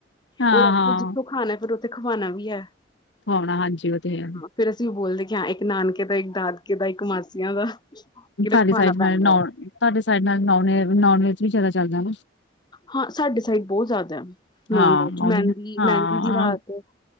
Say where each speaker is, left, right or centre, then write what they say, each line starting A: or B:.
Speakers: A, on the left; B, on the left.
A: ਹਾਂ
B: ਉਹ ਜਿੱਥੋਂ ਖਾਣਾ ਫਿਰ ਉੱਥੇ ਖਵਾਣਾ ਵੀ ਹੈ
A: ਉਣਾ ਹਾਂਜੀ ਉਹ ਤੇ ਹੈ
B: ਫਿਰ ਅਸੀਂ ਉਹ ਬੋਲਦੇ ਕਿ ਹਾਂ ਇੱਕ ਨਾਨਕੇ ਦਾ, ਇੱਕ ਦਾਦਕੇ ਦਾ, ਇੱਕ ਮਾਸੀਆਂ ਦਾ ਕਿ
A: ਤੁਹਾਡੇ
B: ਰਖਵਾਣਾ
A: ਸਾਈਡ
B: ਪੈਂਦਾ
A: ਨਾਲ ਨ
B: ਹੈ
A: ਤੁਹਾਡੇ ਸਾਈਡ ਨਾਲ ਨ ਨੋਨ ਵੈਜ ਵੀ ਜ਼ਿਆਦਾ ਚੱਲਦਾ
B: ਹਾਂ ਸਾਡੇ ਸਾਈਡ ਬਹੁਤ ਜ਼ਿਆਦਾ ਹੈ ਨੋਨ
A: ਹਾਂ
B: ਵੈਜ
A: ਉਹੀ
B: ਮਹਿੰਦੀ,
A: ਨਾ ਹਾਂ
B: ਮਹਿੰਦੀ ਦੀ ਰਾਤ